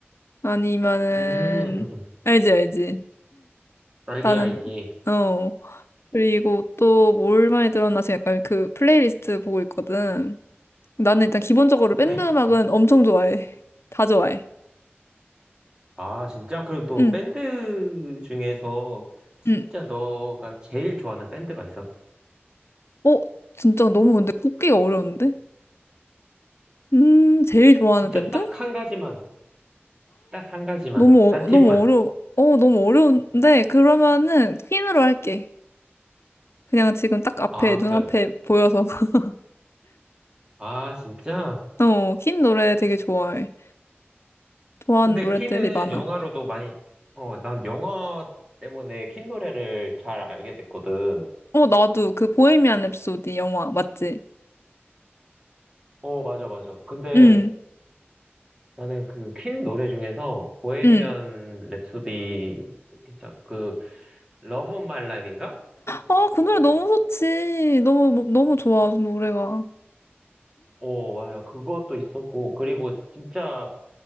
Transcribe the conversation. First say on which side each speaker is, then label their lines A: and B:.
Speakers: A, on the left (about 80°); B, on the right (about 20°).
A: 아니면은,
B: 음, 음, 음.
A: 알지, 알지.
B: 알지,
A: 나는,
B: 알지.
A: 어. 그리고 또 뭘 많이 들었나? 지금 약간 그 플레이리스트 보고 있거든. 나는 일단 기본적으로
B: 그래.
A: 밴드 음악은 엄청 좋아해. 다 좋아해.
B: 아, 진짜? 그리고 또
A: 응,
B: 밴드 중에서 진짜
A: 응.
B: 너가 제일 좋아하는 밴드가 있어.
A: 어, 진짜 너무 근데 꼽기가 어려운데? 음, 제일 좋아하는
B: 진짜
A: 밴드?
B: 딱 한 가지만, 딱 한 가지만,
A: 너무,
B: 한
A: 어,
B: 팀만.
A: 너무 어려워. 어, 너무 어려운데? 그러면은 퀸으로 할게. 그냥 지금 딱 앞에,
B: 아,
A: 눈앞에
B: 그,
A: 보여서. <laughs>
B: 아, 진짜?
A: 어, 퀸 노래 되게 좋아해. 좋아하는
B: 근데
A: 노래들이
B: 키는
A: 많아.
B: 영화로도 많이, 어, 난 영화 때문에 킨 노래를 잘 알게 됐거든.
A: 어, 나도 그 보헤미안 랩소디 영화 맞지?
B: 어, 맞아, 맞아. 근데
A: 응,
B: 나는 그 퀸 노래 중에서 보헤미안
A: 응.
B: 랩소디, 진짜 그, 러브 온 마이 라이프인가?
A: 아, 그 노래 너무 좋지. 너무, 뭐- 너무 좋아, 그 노래가.
B: 어, 맞아. 그것도 있었고, 그리고 진짜